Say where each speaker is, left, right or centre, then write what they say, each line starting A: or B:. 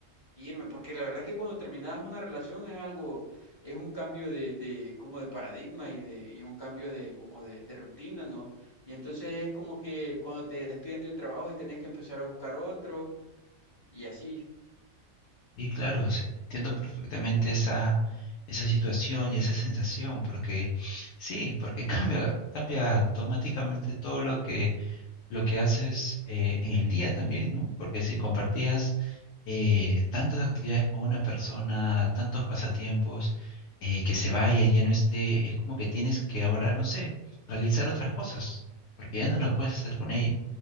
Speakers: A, on the left (about 30°); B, on the left (about 70°).
A: irme, porque la verdad es que cuando terminas una relación es algo, es un cambio de, de como de paradigma y de y un cambio de como de, de rutina, ¿no? Y entonces es como que cuando te despiden de un trabajo y tenés que empezar a buscar otro y así.
B: Y claro, s- entiendo perfectamente esa, esa situación y esa sensación, porque sí, porque <laughs> cambia, cambia automáticamente todo lo que lo que haces eh, en el día también, ¿no? Porque si compartías eh, tantas actividades con una persona, tantos pasatiempos, eh, que se vaya y ya no esté, es como que tienes que ahora, no sé, realizar otras cosas, porque ya no lo puedes hacer con ella.